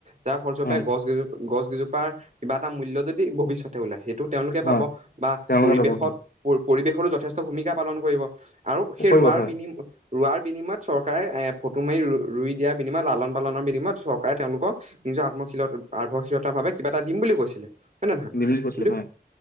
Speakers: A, on the right; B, on the left.
A: যাৰ ফলস্বৰূপে
B: হয়,
A: গছ গজ গছ গজোপাৰ কিবা এটা মূল্য যদি ভৱিষ্যতে ওলায় সেইটো তেওঁ
B: হয়,
A: পাব বা
B: তেওঁলোকে
A: পৰিৱেশত
B: পাব হয়,
A: পৰিৱেশতো যথেষ্ট ভূমিকা পালন কৰিব। আৰু সেই
B: কৰিব
A: ৰোৱাৰ
B: হয়,
A: বিনিম ৰোৱাৰ বিনিময়ত চৰকাৰে এ ফটো মাৰি ৰুই দিয়াৰ বিনিময়ত লালন পালনৰ বিনিময়ত চৰকাৰে তেওঁলোকক নিজৰ আত্মশীলত আৰ্ভশীলতা বাবে কিবা এটা দিম বুলি কৈছিলে হয়ে নে নহয়?
B: দিম বুলি কৈছিলে
A: কিন্তু
B: হয়,